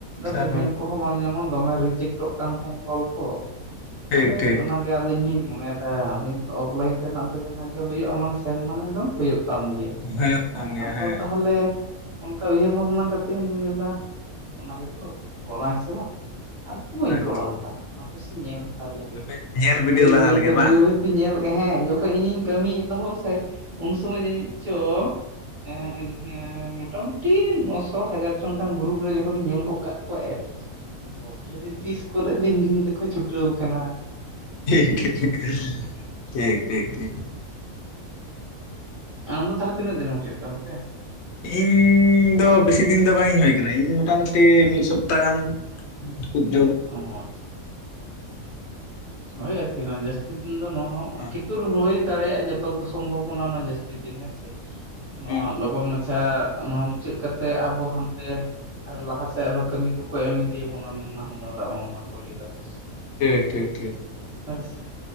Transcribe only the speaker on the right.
ᱯᱮᱢᱮᱴ ᱠᱚ, ᱵᱟᱝ ᱧᱟᱢᱚᱜ ᱫᱚᱢᱮ ᱨᱤᱡᱮᱠᱴᱚᱜ ᱠᱟᱱ ᱛᱟᱸᱦᱮᱱᱟ ᱠᱚᱞ ᱠᱚ,
ᱟᱫᱚ
ᱚᱱᱟᱜᱮ ᱟᱫᱚ ᱤᱧ ᱦᱚᱧ ᱢᱚᱱᱮᱭ, ᱦᱮᱸ ᱟᱫᱚ ᱤᱧᱛᱚ ᱚᱯᱞᱟᱭᱤᱱ ᱛᱮᱱᱟᱜ ᱫᱚ ᱡᱟᱸᱦᱟ ᱜᱮ ᱦᱩᱭᱩᱜ-ᱟ, ᱢᱟᱱᱮ ᱥᱮᱱ ᱢᱟᱱᱮ ᱫᱚᱢ ᱦᱩᱭᱩᱜ ᱛᱟᱢ ᱜᱮ, ᱦᱮᱸ
ᱟᱫᱚ
ᱛᱟᱸᱦᱞᱮ ᱚᱱᱠᱟ ᱩᱭᱦᱟᱹᱨ ᱵᱷᱟᱵᱽᱱᱟ ᱠᱟᱛᱮ ᱤᱧ ᱫᱩᱧ ᱞᱟᱹᱭᱫᱟ, ᱚᱱᱟ ᱜᱮᱛᱚ ᱠᱚᱨᱟᱣ ᱤᱧ ᱥᱮ ᱵᱟᱝ ᱟᱫᱚ ᱵᱟᱹᱧ
ᱠᱚᱨᱟᱣ ᱦᱟᱛᱟᱲᱟ ᱦᱟᱯᱮᱥᱮᱧ ᱧᱮᱞ, ᱛᱟᱲ ᱞᱮᱜᱮ
ᱵᱟᱹᱭ
ᱵᱟᱹᱭᱛᱮ
ᱵᱟᱹᱭ ᱵᱟᱹᱭ, ᱤᱞ ᱧᱮᱞ ᱞᱮᱜᱮᱦᱮᱸ ᱡᱚᱠᱷᱚᱡ ᱤᱧᱤᱧ ᱠᱟᱹᱢᱤᱧ ᱮᱛᱚᱦᱚᱵ ᱥᱮ ᱩᱱ ᱥᱚᱢᱚᱭ ᱡᱟᱹᱱᱤᱡ ᱪᱚ, <unintelligible> ᱦᱮᱸ ᱢᱳᱴᱟ ᱢᱩᱴᱤ ᱱᱚᱥᱚ ᱦᱟᱡᱟᱨ ᱡᱚᱱ ᱜᱟᱱ ᱜᱨᱩᱨᱩᱯ ᱨᱮ ᱡᱚᱠᱷᱚᱱᱤᱧ ᱧᱮᱞ ᱜᱚᱜ ᱠᱟᱜ ᱠᱚᱣᱟ ᱮᱰ, <inaudible> ᱛᱤᱥ ᱠᱚᱨᱮ ᱫᱤᱱ ᱫᱤᱱ ᱛᱮᱠᱚ ᱪᱷᱩᱴᱟᱹᱣ ᱠᱟᱱᱟ,
ᱟᱢ ᱫᱚ ᱛᱟᱦᱚᱞᱮ ᱛᱤᱱᱟᱹᱜ ᱫᱤᱱᱮᱢ ᱦᱩᱭᱩᱜ ᱠᱟᱱᱛᱮ,
ᱚ ᱟᱪᱪᱷᱟ ᱟᱪᱪᱷᱟ, ᱦᱳᱭ ᱟᱨᱠᱤ ᱡᱟᱹᱥᱛᱤ ᱫᱤᱱ ᱫᱚ ᱱᱚᱣᱟ ᱦᱚᱸ
ᱠᱤᱛᱩᱨ ᱦᱩᱭ ᱫᱟᱲᱮᱭᱟᱜ-ᱟ ᱡᱚᱛᱚ ᱫᱚ, ᱥᱚᱢᱵᱷᱚᱵᱚᱱᱟ ᱢᱟ ᱡᱟᱹᱥᱛᱤ ᱫᱤᱱ ᱦᱮᱸ ᱥᱮ, ᱱᱚᱣᱟ
ᱞᱚᱜᱚᱱ ᱢᱟᱪᱷᱟ ᱱᱚᱣᱟ ᱢᱩᱪᱟᱹᱫ ᱠᱟᱛᱮ ᱟᱵᱚ ᱦᱟᱱᱛᱮ, ᱟᱨ ᱦᱚ ᱞᱟᱦᱟ ᱥᱮᱫ ᱟᱨᱦᱚᱸ ᱠᱟᱹᱢᱤ ᱠᱚᱠᱚ ᱮᱢ ᱤᱫᱤᱭᱟᱵᱚᱱᱟ ᱱᱟᱱᱟ ᱦᱩᱱᱟᱹᱨ ᱟᱜ ᱵᱟᱝ ᱢᱟᱠᱚ ᱞᱟᱹᱭ ᱫᱟᱠᱚ,
ᱦᱳᱭ ᱥᱮ,